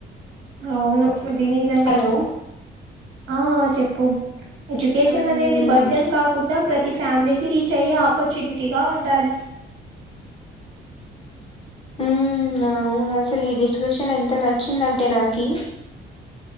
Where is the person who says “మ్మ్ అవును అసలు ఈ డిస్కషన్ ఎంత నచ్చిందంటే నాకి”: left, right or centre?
Left